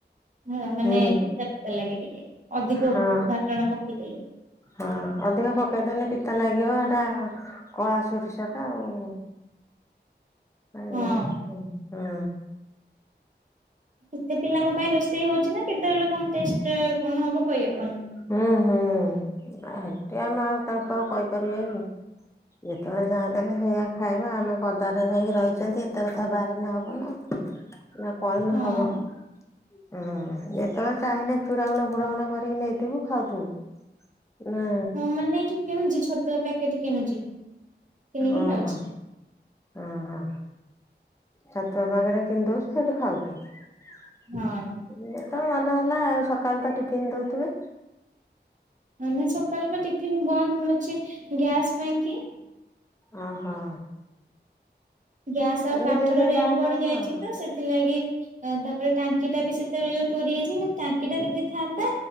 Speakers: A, on the right; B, on the left.
A: ହଁ ମାନେ
B: ହୁଁ
A: ଫିତା ଫିତା ଲାଗେ ଟିକେ ଅଧିକ
B: ହଁ
A: ବାଟଣ ପକେଇଦଲେ।
B: ହଁ ଅଧିକ ପକେଇଦେଲେ ପିତା ନାଗିବ ହେଟା କଳା ସୋରିଷଟା ଆଉ ଆଜ୍ଞା
A: ହଁ
B: ହୁଁ ହଁ
A: କେତେ ପିଲାଙ୍କ ପାଇଁ ରୋଷେଇ ହଉଛି ନା କେତେବେଳେ କଣ ଟେଷ୍ଟ କଣ ହବ କହିହବନି।
B: ହୁଁ ହୁଁ ହେଟି ଆମେ ଆଉ ତାଙ୍କ କହିପାରିବା କି ଯେତେବେଳେ ଯାହା ଦେହଲେ ହେଇଆ ଖାଇବା ଆମେ ପଦାରେ ଯାଇକି ରହିଛନ୍ତି ଏତେ କଥା ବାରିିନେ ହବ ନା ନା କହିନେ
A: ହଁ
B: ହବ ହୁଁ ଯେତେବେଳେ ଚାହିେଁଲେ ଚୁଡାଉଣା ଫୁଡାଣ କରିକି ନେଇ ଥିବୁ ଖାଉଥିବୁ ନା
A: ତ ମାନେ ଏଇଠୁ କିଣୁଛି ଛତୁଆ ପ୍ୟାକେଟ କିଣୁଛି କିଣିକି
B: ଓହୋ
A: ଖାଉଛି
B: ଓହୋ ଛତୁଆ ପକେଟ୍ କିଣିଦଉଛି ସେଠି ଖାଉଛି ଯେତେବେଳେ
A: ହଁ
B: ମନ ହେଲା ଆଉ ସକାଳୁ ତ ଟିଫିନ୍ ଦଉଥିବେ।
A: ମେ ସକାଳେ ତ ଟିଫିନ୍ ବନ୍ଦ ଅଛି ଗ୍ୟାସ୍ ପାଇଁ କି
B: ଓ ହଁ
A: ଗ୍ୟାସ୍ ଆଉ
B: ନିଜେ
A: କାଠର
B: ଯିଏ
A: ରେଟ୍
B: ଯାହା
A: ବଢି଼
B: ଖାଇବ
A: ଯାଇଛି
B: ଆଉ
A: ତ ସେଥିଲାଗି ତାପରେ ଟାଙ୍କି ଟା ବି ସେତେବେଳେ ଚୋରି ହେଇଛି ନା ଟାଙ୍କି ଟା ଯଦି ଥାଆନ୍ତା